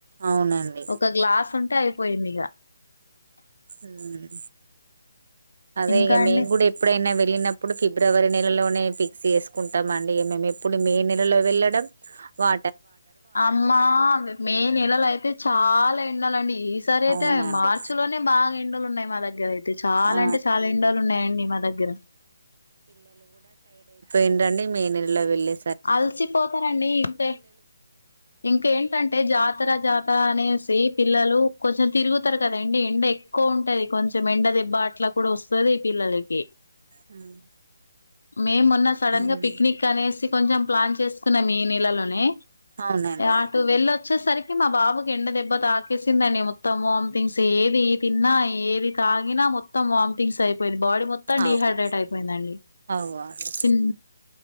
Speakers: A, on the right; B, on the left.
A: అవునండి
B: ఒక గ్లాస్ ఉంట్ తయ్ పోయింది ఇగ
A: సరే అదే
B: ఇంకా
A: ఇగ మేం
B: అండి
A: గుడ ఎప్పుడైనా వే అడిగినప్పుడు ఫిబ్రవరి నెలలోనే ఫిక్స్ చేస్కుంటాం అండి ఇగ మేము ఎప్పుడు మే నెలలో వెళ్ళడం వా
B: అమ్మా మే నెలల అయితే చ చాలా ఎండలు అండి ఈ సారి అయితే
A: అవునండి
B: మార్చి లోనే బాగా ఎండలు ఉన్నాయి మా దగ్గర అయితే అయితే చాలా
A: ఆ
B: అంటే చాలా ఎండలు ఉన్నాయండి మా దగ్గర
A: ఏండండి మే నెలలో వేలే
B: అల్సిపోతారండి ఇంక ఇంకేంటంటే జా జాతర జాతర అనేసి పిల్లలు కొంచెం తిరుగుతారు కదండి ఎండ ఎక్కువ ఉంటుది కొంచెం ఎండ దెబ్బా అట్లా కూడా వస్తది పిల్లలకి
A: ఉమ్
B: మేం మొన్న సడన్
A: ఉమ్.
B: గా పిక్నిక్ అనేసి కొంచెం ప్లాన్ చేసుకున్నాం మే నెలలోనే
A: అవునండి
B: అట్టు వెళ్ళ వచ్చేసరికి మా బాబుకి ఎండ దెబ్బ తాకేసిందని మొత్తం వమిటింగ్స్ ఏది తిన్నా ఏది తాగిన మొత్తం వామిటింగ్స్ అయిపోయి బాడీ మొత్తం
A: అవు
B: డిహైడ్రేట్ అయిపోయిందండి
A: అవు అండి
B: చిన్